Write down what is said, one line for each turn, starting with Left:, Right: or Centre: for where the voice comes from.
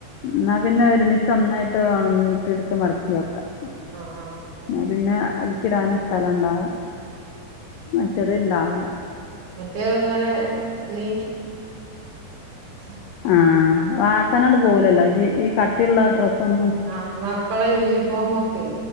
Left: എന്ന പിന്നെ ഒരുമി ച്ചൊന്നായിട്ട് ഉണങ്ങീട്ട് ഇട്ത്ത് മടക്കിവെക്കാ ന്നാ
Right: ആഹ് ആഹ് അതാണ്.
Left: പിന്നെ അട്ക് ഇടാനുംസ്ഥലം ഉണ്ടാവും മറ്റേത് ഉണ്ടാവൂല
Right: മറ്റേത്ങ്ങെനെ നീ <unintelligible>
Left: ആഹ് വാസനങ്ങണ്ട് പോവൂലല്ലോ ഈ കട്ടിയുള്ള ഡ്രസ്സ് ഒന്നും
Right: ആഹ് മക്കളെ യൂണിഫോമൊക്കെ